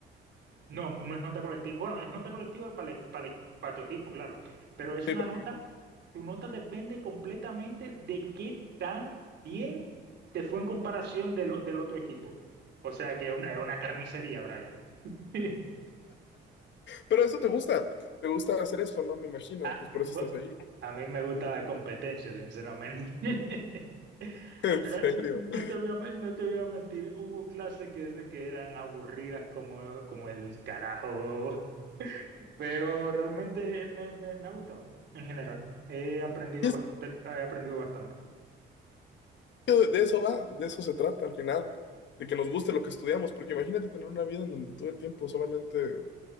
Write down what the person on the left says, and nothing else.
Sí,
por
ejemplo.
Pero eso te gusta, te gusta hacer eso, ¿no? Me imagino,
pues por
eso estás ahí.
<laughs>
En
serio.
De de eso va, de eso se trata al final, de que nos guste lo que estudiamos, porque imagínate tener una vida en donde todo el tiempo solamente,